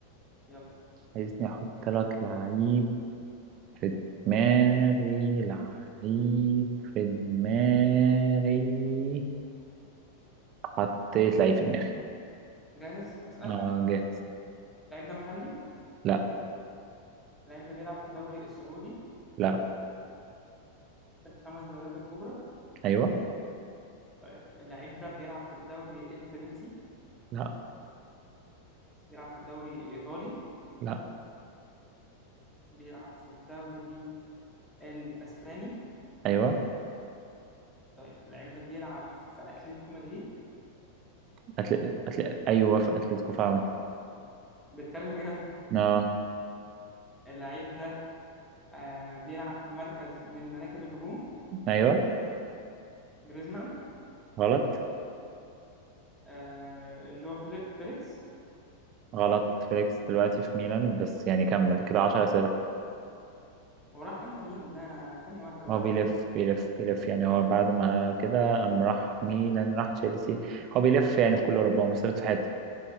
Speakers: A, in the centre; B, on the right.
A: يلا
B: عايزني أحط لك لعيب في دماغي لعيب في دماغي حطيت لعيب في دماغي
A: جاهز أسأل
B: اه جاهز
A: اللعيب ده محلي
B: لا
A: اللعيب ده بيلعب في الدوري السعودي
B: لا
A: في الخمس دوريات الكبرى
B: أيوه
A: طيب اللعيب ده بيلعب في الدوري الفرنسي
B: لا
A: بيلعب في الدوري الإيطالي
B: لا
A: بيلعب في الدوري الأسباني
B: أيوه
A: طيب اللعيب ده بيلعب في أتلتيكو مدريد
B: أتل... أتل... أيوة في أتلتيكو فعلا
A: بيتكلم بجد
B: آه
A: اللعيب ده آه بيلعب في مركز من مراكز الهجوم
B: أيوة
A: جريزمان
B: غلط
A: آه جوا فلي- فيليكس
B: غلط فيليكس دلوقتي في ميلان بس يعني كمل كده عشر أسئلة
A: هو راح امتى ميلان ده انا انا ثانية واحدة هو
B: هو
A: راح
B: بيلف
A: امتى
B: بيلف بيلف يعني هو بعد ما كده قام راح ميلان راح تشيلسي هو بيلف يعني في كل أوروبا هو مش ثابت في حتة